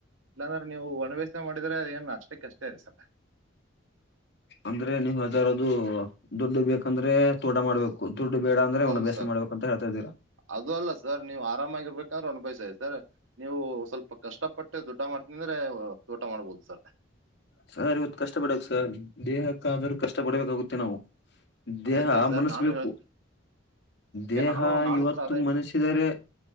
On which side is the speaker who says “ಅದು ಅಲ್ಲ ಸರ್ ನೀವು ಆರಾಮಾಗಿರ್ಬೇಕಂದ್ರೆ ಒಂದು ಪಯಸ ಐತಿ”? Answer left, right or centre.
Right